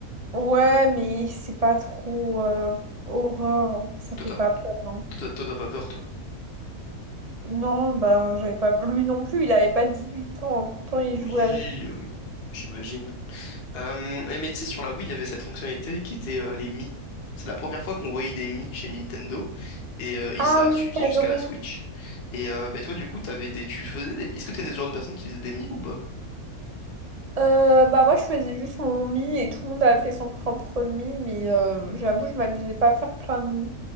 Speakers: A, on the right; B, on the left.
A: Ouais, mais c'est pas trop euh, horreur. hein. Ça fait
B: Toi, t'as
A: pas peur. hein.
B: toi, t'as- toi, t'as pas peur, toi.
A: Non, bah j'avais pas. Lui non plus, il avait pas 18 ans. hein. Pourtant, il
B: Oui,
A: jouait à.
B: oui, j'imagine. Euh, et mais tu sais, sur la Wii, il y avait cette fonctionnalité qui était euh, les Mi. C'est la première fois qu'on voyait des Mi chez Nintendo. Et, euh, et
A: Ah
B: ça
A: oui,
B: a suivi
A: j'adorais.
B: jusqu'à la Switch. Et euh, ben toi, du coup, t'avais des... tu faisais des Mi. Est-ce que t'étais le genre de personne qui faisait des Mi ou pas?
A: Euh, bah moi je faisais juste mon mi et tout le monde a fait son propre mi mais euh, j'avoue je m'amusais pas à faire plein de mi.